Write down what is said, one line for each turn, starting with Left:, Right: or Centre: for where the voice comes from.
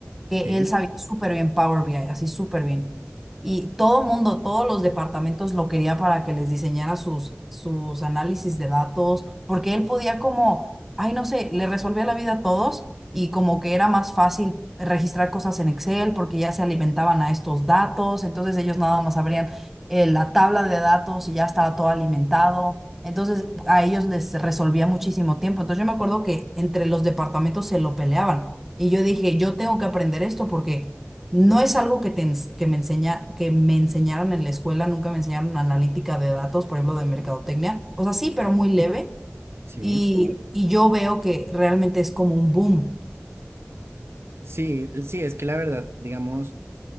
Centre: que
Right: sí,
Centre: él sabía súper bien Power BI, así súper bien. Y todo el mundo, todos los departamentos lo quería para que les diseñara sus, sus análisis de datos, porque él podía como, ay, no sé, le resolvía la vida a todos y como que era más fácil registrar cosas en Excel porque ya se alimentaban a estos datos, entonces ellos nada más abrían eh, la tabla de datos y ya estaba todo alimentado. Entonces a ellos les resolvía muchísimo tiempo. Entonces yo me acuerdo que entre los departamentos se lo peleaban y yo dije, yo tengo que aprender esto porque no es algo que, te ens- que, me enseña, que me enseñaron en la escuela, nunca me enseñaron analítica de datos, por ejemplo, de mercadotecnia. O sea, sí, pero muy
Right: ujú,
Centre: leve.
Right: sí.
Centre: Y, y yo veo que realmente es como un boom.
Right: Sí, sí, es que la verdad, digamos,